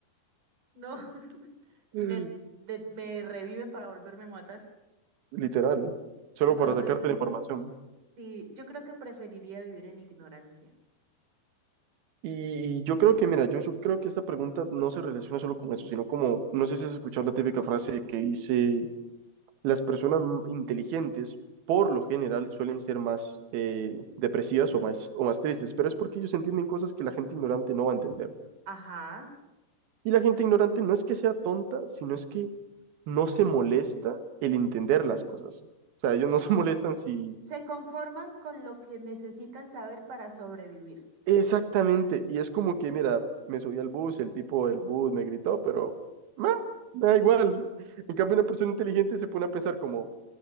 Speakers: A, on the right; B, on the right.
A: No, <laughs> me,
B: <laughs>
A: de- me reviven para volverme a matar.
B: literal, ¿eh? Solo
A: No,
B: para
A: entonces,
B: sacarte la información.
A: sí, yo creo que preferiría vivir en ignorancia.
B: Y, y yo creo que, mira, yo, yo creo que esta pregunta no se relaciona solo con eso, sino como, no sé si has escuchado la típica frase que dice las personas m- inteligentes por lo general suelen ser más eh, depresivas o más, o más tristes, pero es porque ellos entienden cosas que la gente ignorante no va a entender.
A: Ajá.
B: Y la gente ignorante no es que sea tonta, sino es que no se molesta el entender las cosas. O sea, ellos no se <laughs> molestan si...
A: Se conforman con lo que necesitan saber para sobrevivir.
B: Exactamente, y es como que, mira, me subí al bus, el tipo del bus me gritó, pero... "Meh, Me da igual. En cambio, una persona inteligente se pone a pensar como,